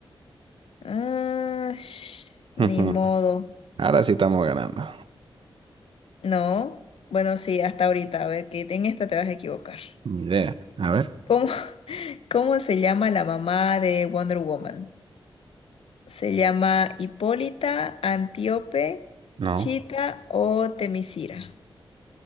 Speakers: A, on the left; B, on the right.
A: ah, sh-
B: <laughs>
A: ni
B: Ujú.
A: modo.
B: Ahora sí estamos ganando.
A: No. Bueno, sí, hasta ahorita. A ver, que en esta te vas a equivocar.
B: Ni idea. A ver.
A: ¿Cómo, <laughs> cómo se llama la mamá de Wonder Woman? ¿Se llama Hipólita, Antíope,
B: No.
A: Chita o Temisira?